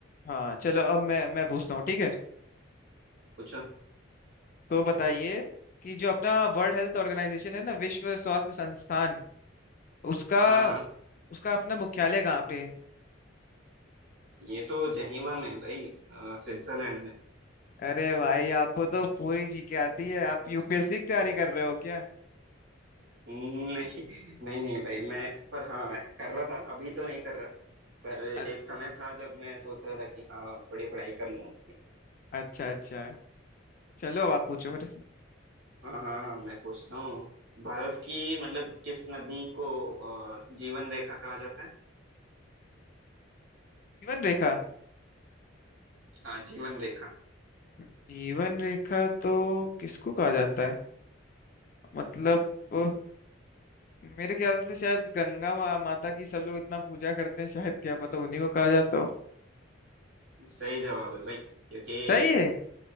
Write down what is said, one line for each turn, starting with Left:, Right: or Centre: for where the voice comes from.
Left: हाँ चलो अब मैं मैं पूछता हूँ ठीक है
Right: पूछो
Left: तो बताइए कि जो अपना वर्ल्ड हेल्थ ऑर्गेनाइजेशन है ना विश्व स्वास्थ्य संस्थान उसका
Right: हाँ हाँ
Left: उसका अपना मुख्यालय कहाँ पे है
Right: ये तो जेनीवा में है भाई अ, स्विट्जरलैंड में
Left: अरे भाई आपको तो पूरी जी के आती है आप यूपीएससी की तैयारी कर रहे हो क्या
Right: <laughs> नहीं नहीं नहीं भाई मैं पर हाँ कर रहा था अभी तो नहीं कर रहा पर एक
Left: अ-
Right: समय था जब मैं सोच रहा था कि हाँ थोड़ी पढ़ाई कर लूँ उसकी
Left: अच्छा अच्छा चलो अब आप पूछो मेरे से
Right: हाँ हाँ हाँ, मैं पूछता हूँ भारत की मतलब किस नदी को अ, जीवन रेखा कहा जाता है
Left: जीवन रेखा
Right: हाँ जीवन रेखा
Left: जीवन रेखा तो किसको कहा जाता है मतलब वो मेरे ख्याल से शायद गंगा मा, माता की सब लोग इतना पूजा करते हैं शायद क्या पता उन्हीं को कहा जाता हो
Right: सही जवाब है भाई क्योंकि
Left: सही है